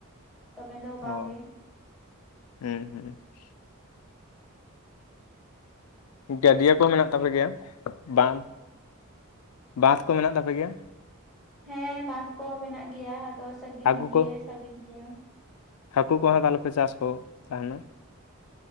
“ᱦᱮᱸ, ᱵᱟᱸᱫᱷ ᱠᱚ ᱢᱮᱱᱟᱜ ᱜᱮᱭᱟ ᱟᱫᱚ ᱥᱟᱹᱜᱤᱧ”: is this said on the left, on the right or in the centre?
Centre